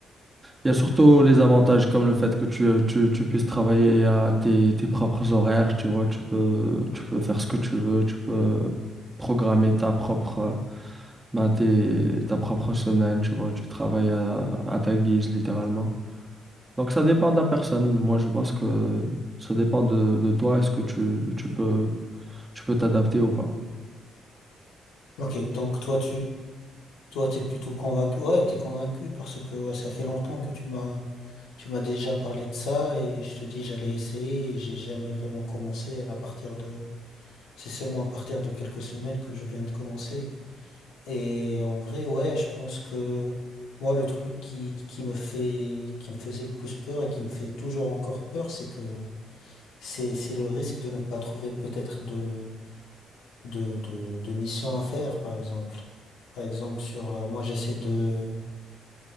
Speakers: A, on the right; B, on the left.
A: il y a surtout les avantages comme le fait que tu, euh, tu, tu puisses travailler à tes, tes propres horaires, tu vois, tu peux, tu peux faire ce que tu veux, tu peux programmer ta propre, euh, ben, tes- ta propre semaine, tu vois, tu travailles à, à ta guise, littéralement. Donc ça dépend de la personne. Moi, je pense que ça dépend de, de toi. Est-ce que tu, tu peux, tu peux t'adapter ou pas?
B: Ok, donc toi, Toi, t'es plutôt convaincu. Ouais, t'es convaincu parce que ouais, ça fait longtemps que tu m'as tu m'as déjà parlé de ça et je te dis j'allais essayer et j'ai jamais vraiment commencé à partir de. C'est seulement à partir de quelques semaines que je viens de commencer. Et en vrai, ouais, je pense que moi le truc qui, qui me fait qui me faisait le plus peur et qui me fait toujours encore peur, c'est que c'est c'est le risque de ne pas trouver peut-être de de de, de mission à faire, par exemple. Par exemple, sur euh, moi j'essaie de